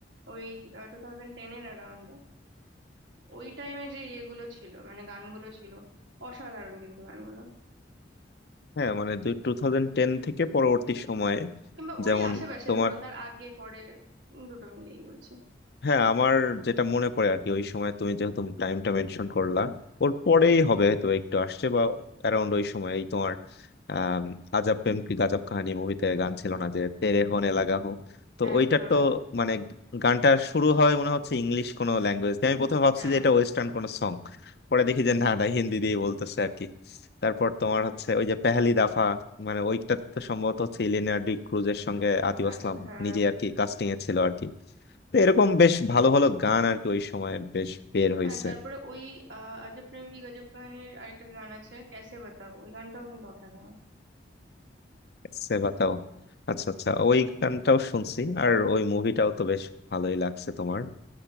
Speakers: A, on the right (about 80°); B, on the left (about 55°).
A: ওই টু থাউজেন্ড টেন এর অ্যারাউন্ডে ওই টাইমে যে ইয়েগুলো ছিল মানে গানগুলো ছিল অসাধারণ কিন্তু গানগুলো
B: হ্যাঁ মানে দুই টু থাউজেন্ড টেন থেকে পরবর্তী সময়ে
A: কিংবা ওরই
B: যেমন
A: আশেপাশে
B: তোমার
A: ধরো তার আগে পরে উম, দুটো মিলিয়েই বলছি
B: হ্যাঁ আমার যেটা মনে পড়ে আর কি ওই সময় তুমি যেহেতু টাইমটা মেনশন করলা ওর পরেই হবে হয়তো একটু আসছে বা অ্যারাউন্ড ওই সময় এই তোমার আম, আজাব প্রেম কি গাজব কাহানি মুভিতে গান ছিল না যে তেরে হোনে লাগা হো তো
A: একদম
B: ওইটার তো মানে গানটা শুরু হয় মনে হচ্ছে ইংলিশ কোনো ল্যাঙ্গুয়েজ দিয়ে আমি প্রথমে ভাবছি
A: হ্যাঁ
B: যে এটা ওয়েস্টার্ন কোনো সং পরে দেখি যে না না হিন্দি দিয়েই বলতেছে আর কি তারপর তোমার হচ্ছে ওই যে পেহলি দাফা মানে ওইটা তো সম্ভবত হচ্ছে ইলিয়ানা ডি ক্রুজের সঙ্গে আতিফ
A: আচ্ছা
B: আসলাম
A: হ্যাঁ
B: নিজে আর কি কাস্টিং এ ছিল আর কি তো এরকম বেশ ভালো ভালো গান আর কি ওই সময়ের বেশ বের হয়েছে
A: হ্যাঁ তারপরে ওই আহ আজব প্রেম কি গজব কাহিনীর আরেকটা গান আছে ক্যাসে বাতাও ওই গানটাও কিন্তু অসাধারণ
B: সে বাতাও আচ্ছা আচ্ছা ওই গানটাও শুনছি আর ওই মুভিটাও তো বেশ ভালোই লাগছে তোমার